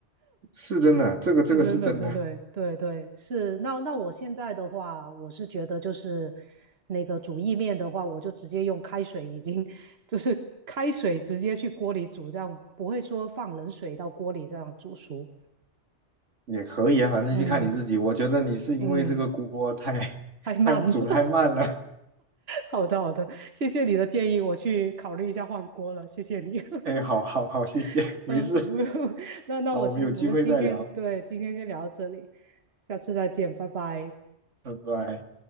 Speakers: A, on the right; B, on the right.
A: 是真的，这个这个是真的，
B: 是真的，这对对对是。那那我现在的话，我是觉得就是那个煮意面的话，我就直接用开水，已经 <laughs> 就是开水直接去锅里煮，这样不会说放冷水到锅里这样煮熟。
A: 也可以啊，反正就看你自己。
B: 嗯
A: 我觉得你是因为这个锅太
B: 嗯，
A: <laughs>
B: 太慢了。
A: 太煮的太慢了。
B: <laughs> 好的好的，谢谢你的建议，我去考虑一下换锅了，谢谢你。
A: 哎，好好好，谢谢，
B: <laughs>
A: 没事。
B: 嗯，不用。<laughs> 那那我今我们今天对今天先聊到这里，
A: 好，我们有机会再聊，
B: 下次再见，拜拜。
A: 拜拜。